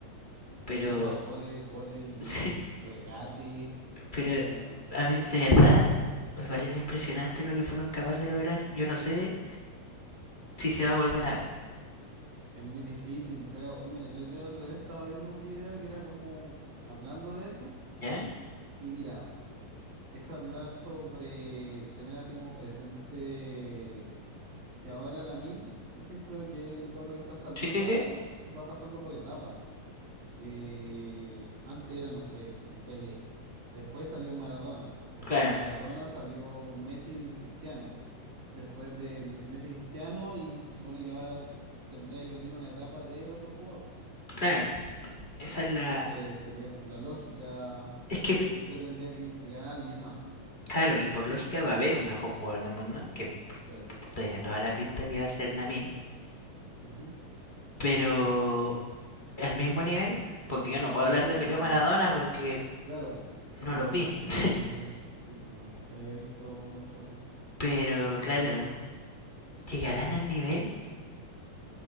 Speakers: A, on the left; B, on the right.
A: pero
B: Cristiano era goles, goles y
A: <laughs> sí,
B: regate.
A: Pero
B: Era
A: a mí, de verdad,
B: locura.
A: me parece impresionante lo que fueron capaces de lograr. Yo no sé si se va a volver a ver.
B: Es muy difícil, pero mire, lo- yo otra vez estaba viendo un video que era como hablando de eso.
A: ¿Ya?
B: Y mira, es hablar sobre tener así como presente que ahora Lamin, por ejemplo, que es el cabro que está saliendo
A: Sí, sí,
B: ahora,
A: sí.
B: va pasando por etapas. Eh, antes era, no sé, en Pelé. Después salió un Maradona. Después
A: Claro,
B: de Maradona salió un Messi y un Cristiano. Después de Mes- Messi y Cristiano, y se supone que ahora tendría que venir una etapa de otro jugador.
A: claro. Esa es la.
B: Entonces sería como la lógica,
A: Es que,
B: siempre tendría que llegar a alguien más,
A: claro, y por lógica va a haber un mejor jugador del mundo, que
B: claro.
A: tiene toda la pinta de que va a ser Lamin.
B: Ujú.
A: Pero al mismo nivel, porque yo no puedo hablar de
B: No.
A: Peleo Maradona porque
B: Claro, po. No,
A: no los
B: no,
A: vi.
B: no es que,
A: <laughs>
B: sí, pues no es que se haya visto mucho,
A: Pero,
B: yo
A: claro,
B: por lo menos,
A: ¿llegarán al nivel?